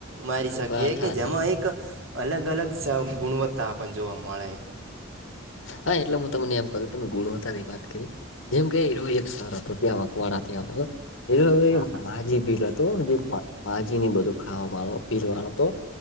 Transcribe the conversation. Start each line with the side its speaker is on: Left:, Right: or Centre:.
Right: મારી શકીએ
Left: વાત હાચી
Right: કે જેમાં એક અલગ-અલગ સ ગુણવત્તા પણ જોવા મળે.
Left: હા, એટલે મુ તમને કઉ તમે ગુણવત્તાની વાત કરી એમ કે એરો એક સર હતો ત્યા વકવાડાથી આવતો. એરો હવે
Right: હા હા
Left: માજી ભીલ હતો, જે મા-માજીને બધું ખાવાવાળો, પીરવાળો તો